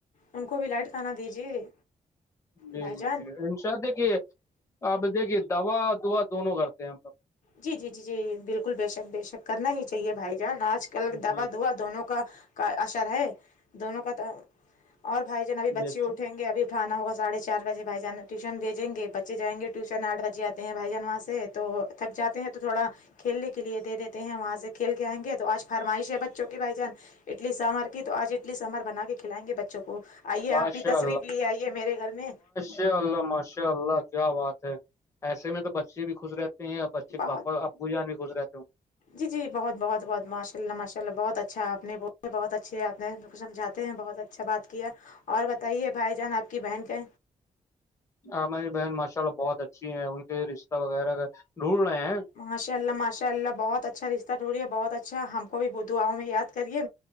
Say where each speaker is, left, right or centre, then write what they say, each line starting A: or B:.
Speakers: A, on the left; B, on the left.
A: ان کو بھی لائٹ کھانا دیجیے
B: جی
A: بھائی جان
B: جی جی انشاء دیکھیے آپ دیکھیے دوا دعا دونوں کرتے ہیں ہم لوگ
A: جی جی جی جی بالکل بے شک بے شک کرنا ہی چاہے بھائی جان آج کل دوا
B: جی
A: دعا دونوں کا کا اثر ہے دونوں کا اور بھائی ابھی بچے
B: بے
A: اٹھیں
B: شک
A: گے ابھی اٹھانا ہوگا ساڑھے چار بجے بھائی جان ٹیوشن بھیجیں گے بچے جائیں گے ٹیوشن آٹ بجےتے ہے بھائی جان وہاں سے تو تھک جاتے ہیں تو تھوڑا کھیلنے کے لیے دیتے ہیں وہاں سے کھیل کے آئیں گے تو آج فرمائش ہے بچوں کے بھائی جان اڈلی سوار کی تو آج اڈلی سامار بنا کے کھلائیں گے بچوں کو آئیے
B: ماشاء
A: آپ بی تصریف لیے آئیے میرے گھر میں
B: مشاء اللہ ماشاء اللہ کیا بات ہے ایسے میں تو بچے بھی خوش رہتے ہیں بچے کے
A: بہت
B: پاپا بجان بھی گزرے
A: جی جی بہت بہت بہت ماشاء اللہ ماشاء اللہ بہت اچھا آپ نے بہت اچھے آپ نے سمجھاتے ہیں بہت اچھا بات کیا اور بتائیے بھائی جان آپ کی بہن کا
B: ہماری بہن ماشاء اللہ بہت اچھی ہے ان کے رشتہ وغیرہ ڈھونڈ رہے ہیں
A: ماشاء اللہ ماشاء اللہ بہت اچھا رشہ ڈھونڈیے بہت اچھا ہم کو بھی داؤں میں یاد کریے